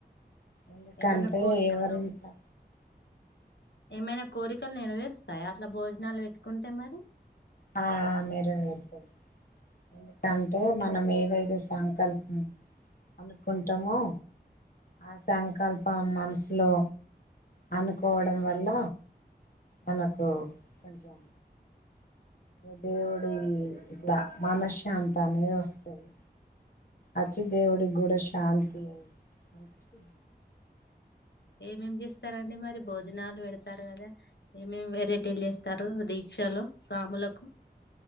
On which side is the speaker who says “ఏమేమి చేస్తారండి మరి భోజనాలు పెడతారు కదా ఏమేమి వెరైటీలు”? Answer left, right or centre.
Left